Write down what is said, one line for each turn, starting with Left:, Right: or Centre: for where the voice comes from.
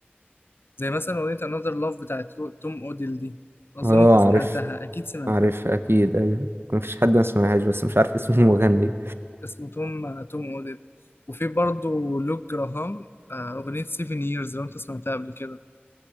Left: زي مثلا أغنية Another Love بتاعت توم أوديل دي أظن
Right: اه
Left: أنت سمعتها
Right: عارف
Left: أكيد سمعتها
Right: عارف أكيد أيوه مفيش حد ما سمعهاش بس مش عارف <laughs> اسم المغني
Left: اسمه توم توم أوديل وفي برضو لوك جراهام آه، أغنية 7 Years لو أنت سمعتها قبل كده